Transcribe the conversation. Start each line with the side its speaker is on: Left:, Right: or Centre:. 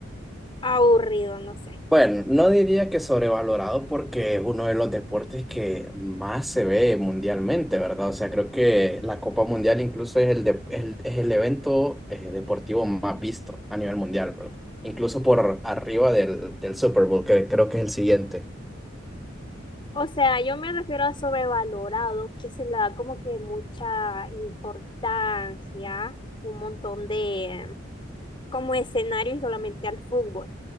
Left: Aburrido, no sé.
Centre: Bueno, no diría que sobrevalorado porque es uno de los deportes que más se ve mundialmente, ¿verdad? O sea, creo que la Copa Mundial incluso es el, de- el- es el evento eh, deportivo más visto a nivel mundial, ¿verdad? Incluso por arriba del, del Super Bowl, que creo que es el siguiente.
Left: O sea, yo me refiero a sobrevalorado, que se le da como que mucha importancia, un montón de como escenario y solamente al fútbol.